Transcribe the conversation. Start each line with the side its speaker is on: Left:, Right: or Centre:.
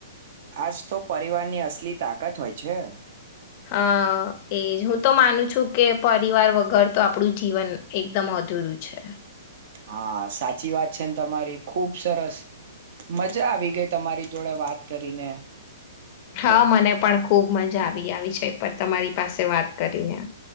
Right: આજ તો પરિવારની અસલી તાકાત હોય છે.
Left: હા એજ હું તો માનું છું કે પરિવાર વગર તો આપણું જીવન એકદમ અધૂરું છે.
Right: હા સાચી વાત છે ને તમારી ખુબ સરસ મજા આવી ગઈ તમારી જોડે વાત કરીને આપડે
Left: હા મને પણ ખુબ મજા આવે આવી આવી છે પર તમારી પાસે વાત કરીને